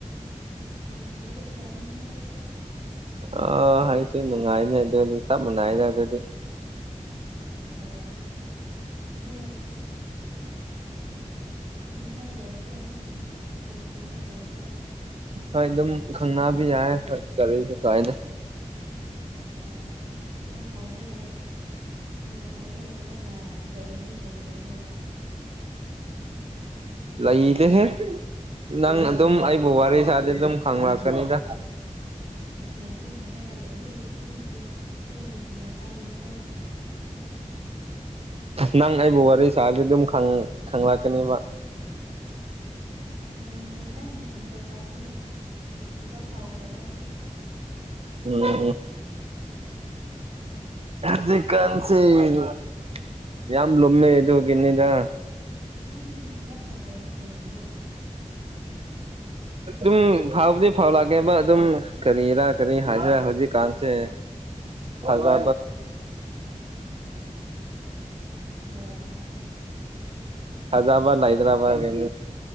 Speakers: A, on the right; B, on the right.
A: ꯄꯥꯟꯖꯌꯦ ꯗꯦꯁꯥ ꯃꯤꯅꯤꯍꯦ ꯍꯥꯏꯁ
B: ꯑꯥ ꯑꯩꯁꯨ ꯅꯨꯡꯉꯥꯏꯅꯦ ꯑꯗꯨꯗꯤ ꯆꯞ ꯃꯥꯟꯅꯩꯗ ꯑꯗꯨꯗꯤ
A: ꯍ ꯑꯗ ꯈꯪꯕ ꯌꯥꯏꯀꯣ ꯑꯗꯨꯝ ꯋꯥꯔꯤ ꯁꯥꯟꯕ ꯌꯥꯏꯀꯣ
B: ꯍꯣꯏ ꯑꯗꯨꯝ ꯈꯪꯕꯤ ꯌꯥꯏ ꯍꯣꯏ ꯀꯔꯤꯁꯨꯦ ꯀꯥꯏꯅꯦ
A: ꯍꯣꯏ ꯑꯗꯣ ꯀꯥꯏꯗꯦ ꯍꯥꯏ ꯍꯣꯏ ꯀꯥꯏꯗꯦ ꯍꯥꯏꯔꯒ ꯂꯩꯗꯤ ꯀꯔꯤ ꯇꯧꯗꯣꯏꯕ
B: ꯂꯩꯗꯦꯍꯦ ꯅꯪ ꯑꯗꯨꯝ ꯑꯩꯕꯨ ꯋꯥꯔꯤ ꯁꯥꯗꯤ ꯑꯗꯨꯝ ꯈꯪꯂꯛꯀꯅꯤꯗ
A: ꯂꯩꯇꯦ ꯍꯥꯏꯔꯒ ꯂꯩꯔꯦ ꯑꯗꯨꯗꯤ ꯑꯩꯗꯤ ꯑꯩꯒꯤ ꯊꯝꯃꯣꯏ ꯀꯥꯏꯒꯅꯤꯀꯣ
B: ꯅꯪ ꯑꯩꯕꯨ ꯋꯥꯔꯤ ꯁꯥꯔꯗꯤ ꯑꯗꯨꯝ ꯈꯪꯂꯛꯀꯅꯤꯕ
A: <unintelligible> ꯍꯣꯏꯅꯦ ꯅꯪꯒꯤ ꯈꯣꯟꯖꯦꯜ ꯇꯥꯕꯒꯤ ꯅꯨꯡꯁꯤꯕ ꯐꯥꯎꯈ꯭ꯔꯕ ꯑꯩꯁꯦ
B: ꯎꯝ ꯆꯤ ꯀꯟꯁꯤ ꯌꯥꯝ ꯌꯥꯝ ꯂꯣꯃꯦꯦ ꯏ ꯀꯅꯤꯗ
A: ꯅꯪꯗꯤ ꯅꯨꯡꯁꯤꯕ ꯐꯧꯗ꯭ꯔꯕ ꯀꯔꯤꯅꯣ <unintelligible>
B: ꯑꯗꯨꯝ ꯐꯥꯎꯕꯗꯤ ꯐꯥꯎ ꯂꯥꯛꯀꯦꯕ ꯑꯗꯨꯝ ꯀꯔꯤꯔꯥ ꯀꯔꯤ ꯍꯥꯏꯁꯤꯔꯥ ꯍꯧꯖꯤꯛꯀꯥꯟꯁꯦ ꯊꯒꯥ
A: ꯍꯣꯏ ꯍꯣꯏ
B: ꯐꯖꯕꯥ ꯍꯗ꯭ꯔꯕꯥꯗ